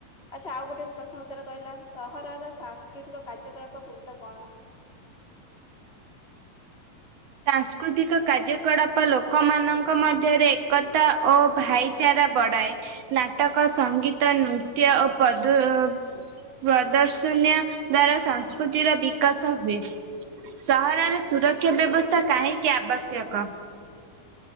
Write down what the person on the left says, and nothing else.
ଆଚ୍ଛା ଆଉ ଗୋଟେ ପ୍ରଶ୍ନର ଉତ୍ତର କହିଲା ସହରର ସାଂସ୍କୃତିକ କାର୍ଯ୍ୟକଳାପ ଗୁରୁତ୍ବ କଣ?
ଯା